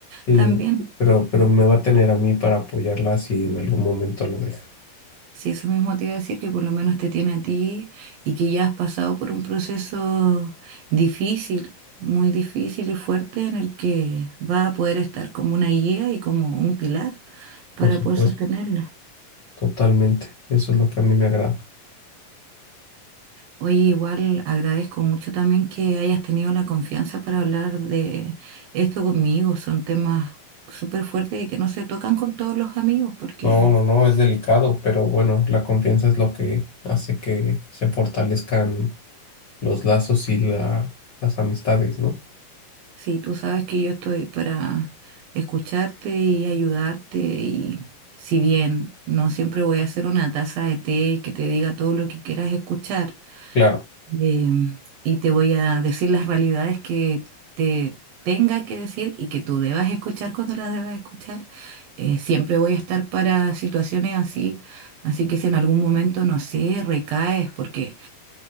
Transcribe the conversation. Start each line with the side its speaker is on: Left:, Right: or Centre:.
Left: Sí,
Right: también.
Left: pero, pero me va a tener a mí para apoyarla si en algún momento lo deja.
Right: Sí, eso mismo te iba a decir, que por lo menos te tiene a ti y que ya has pasado por un proceso difícil, muy difícil y fuerte en el que va a poder estar como una guía y como un pilar para
Left: Por supuesto,
Right: poder sostenerla.
Left: totalmente. Eso es lo que a mí me agrada.
Right: Oye, igual agradezco mucho también que hayas tenido la confianza para hablar de esto conmigo. Son temas súper fuertes y que no se tocan con todos los amigos, porque
Left: No, no, no, es delicado, pero bueno, la confianza es lo que hace que se fortalezcan los lazos y la, las amistades, ¿no?
Right: sí, tú sabes que yo estoy para escucharte y ayudarte y si bien no siempre voy a hacer una taza de té y que te diga todo lo que quieras escuchar,
Left: Claro,
Right: Em, y te voy a decir las realidades que te tenga que decir y que tú debas escuchar cuando las debas escuchar. Eh, siempre voy a estar para situaciones así, así que si en algún momento, no sé, recaes, porque